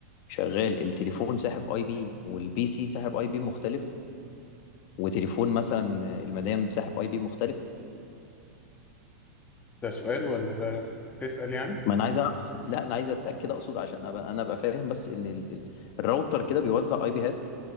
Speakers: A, on the left; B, on the left.
A: شغال التليفون ساحب اي بي والبي سي ساحب اي بي مختلف وتليفون مثلا المدام ساحب اي بي مختلف
B: ده سؤال ولا ده تسأل يعني
A: ما انا عايز أ... <laughs> لا انا عايز اتاكد اقصد عشان ابقى انا ابقى فاهم بس ان ال... ال- الراوتر كده بيوزع اي بيهات